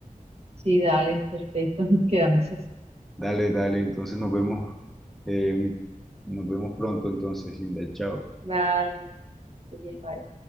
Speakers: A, on the right (about 45°); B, in the centre.
A: Sí, dale, perfecto, <laughs> quedamos así.
B: Dale, dale, entonces nos vemos, eh, nos vemos pronto entonces, Linda, chao.
A: Vale, qué bien, vale.